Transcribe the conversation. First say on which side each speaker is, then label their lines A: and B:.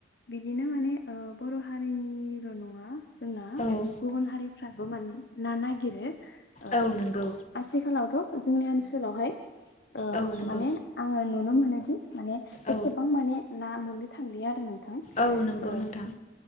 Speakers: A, on the left; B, on the left.
A: बिदिनो माने बर' हारिनिल' न ङा जोंना
B: औ
A: गुबुन हारिफ्राबो माने ना नागिरो। ओ
B: औ नंगौ
A: आथिखालावथ' जोंनि ओनसोलावहाय ओ
B: औ नंगौ
A: माने आङो नुनो मोनोदि माने एसेबां
B: औ
A: माने ना मोन मोननो थांलिया आरो नोंथां।
B: औ नंगौ
A: ओ
B: नोंथां